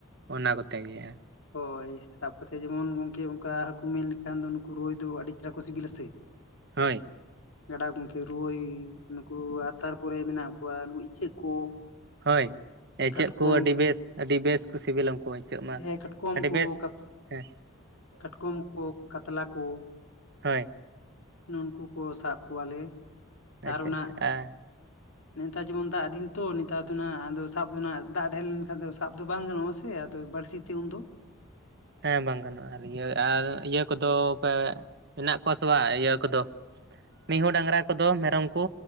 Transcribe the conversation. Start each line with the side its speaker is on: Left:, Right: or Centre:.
Right: ᱚᱱᱟ ᱠᱚᱛᱮ ᱜᱮ
Left: ᱦᱳᱭ ᱥᱟᱵ ᱠᱟᱛᱮ ᱡᱮᱢᱚᱱ ᱜᱚᱝᱠᱮ ᱚᱝᱠᱟ ᱦᱟᱹᱠᱩ ᱢᱮᱱ ᱞᱮᱠᱷᱟᱱ ᱫᱚ ᱱᱩᱠᱩ ᱨᱳᱭ ᱫᱚ ᱟᱹᱰᱤ ᱪᱮᱦᱨᱟ ᱠᱚ ᱥᱤᱵᱤᱞᱟ ᱥᱮ
Right: ᱦᱳᱭ
Left: ᱜᱟᱰᱟ ᱜᱚᱝᱠᱮ ᱨᱩᱭ ᱱᱩᱠᱩ ᱟᱨ ᱛᱟᱨᱯᱚᱨᱮ ᱢᱮᱱᱟᱜ ᱠᱚᱣᱟ ᱱᱩᱠᱩ ᱤᱪᱟᱹᱜ ᱠᱚ
Right: ᱦᱳᱭ ᱤᱪᱟᱹᱜ
Left: ᱠᱟᱴᱠᱚᱢ
Right: ᱠᱚ ᱟᱹᱰᱤ ᱵᱮᱥ ᱟᱹᱰᱤ ᱵᱮᱥ ᱠᱚ ᱥᱤᱵᱞᱟ ᱩᱝᱠᱩ ᱤᱪᱟᱹᱜ ᱢᱟ
Left: ᱦᱮᱸ ᱠᱟᱴᱠᱚᱢ
Right: ᱟᱹᱰᱤ
Left: ᱠᱚ
Right: ᱵᱮᱥ
Left: ᱠᱟᱛ
Right: ᱦᱮᱸ
Left: ᱠᱟᱴᱠᱚᱢ ᱠᱚ ᱠᱟᱛᱞᱟ ᱠᱚ
Right: ᱦᱳᱭ
Left: ᱱᱩᱝᱠᱩ ᱠᱚ ᱥᱟᱵ ᱠᱚᱣᱟᱞᱮ
Right: ᱟᱪᱪᱷᱟ
Left: ᱟᱨ ᱚᱱᱟ
Right: ᱟᱪᱪᱷᱟ ᱟᱨ
Left: ᱱᱮᱛᱟᱨ ᱡᱮᱢᱚᱱ ᱫᱟᱜ ᱫᱤᱱ ᱛᱚ ᱱᱮᱛᱟᱨ ᱫᱚᱱᱟᱜ ᱟᱫᱚ ᱥᱟᱵ ᱫᱚᱱᱟᱜ ᱫᱟᱜ ᱰᱷᱮᱨ ᱞᱮᱱᱠᱷᱟᱱ ᱫᱚ ᱥᱟᱵ ᱫᱚ ᱵᱟᱝ ᱜᱟᱱᱚᱜᱼᱟᱥᱮ ᱥᱮ ᱟᱫᱚ ᱵᱟᱹᱲᱥᱤ ᱛᱮ ᱩᱱᱫᱚ
Right: ᱦᱮᱸ ᱵᱟᱝ ᱜᱟᱱᱚᱜᱼᱟ ᱤᱭᱟᱹ ᱟᱨ ᱤᱭᱟᱹ ᱠᱚᱫᱚ ᱯᱮ ᱢᱮᱱᱟᱜ ᱠᱚᱣᱟ ᱥᱮ ᱵᱟ ᱤᱭᱟᱹ ᱠᱚᱫᱚ, ᱢᱤᱦᱩ, ᱰᱟᱝᱨᱟ ᱠᱚᱫᱚ ᱢᱮᱨᱚᱢ ᱠᱚ